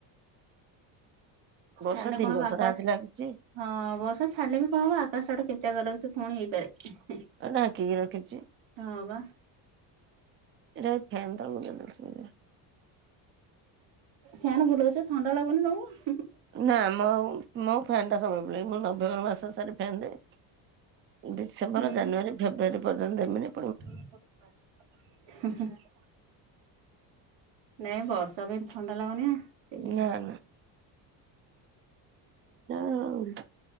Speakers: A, on the right; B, on the right.
A: ବର୍ଷା
B: ଛାଡିଲେ
A: ଦିନ
B: କଣ ପାକା
A: ସାରା ଆଜି
B: <unintelligible>
A: ଲାଗିଛି।
B: ହଁ ବର୍ଷା ଛାଡ଼ିଲେ ବି କଣ ହବ ଆକାଶ ଆଡେ କେଚେ କରି ରଖିଚି ପୁଣି ହେଇପାରେ।
A: ନାଗିକି ରହିଚି।
B: ହଁ ବା।
A: ଏଇଟା ଏ ଫ୍ୟାନ୍ ତଳେ <unintelligible>
B: ଫ୍ୟାନ ବୁଲୋଉଚ ଥଣ୍ଡା ଲାଗୁନି ତମକୁ?
A: ନା ମ ମୋ ଫ୍ୟାନ ଟା ସବୁବେଳେ ବୁଲାଇ ମୁ ନଭେମ୍ବର ମାସ ସାରୀ ଫ୍ୟାନ ଦିଏ ଡିସେମ୍ବର,
B: ହୁଁ
A: ଜାନୁଆରୀ, ଫେବୃୟାରୀ ପର୍ଯ୍ୟନ୍ତ ଏମିତି।
B: <unintelligible> ନାଇଁ ବର୍ଷା ବି ଥଣ୍ଡା ଲାଗୁନି ନା। ସେଇଥିପାଇଁ
A: ନା ନା <unintelligible>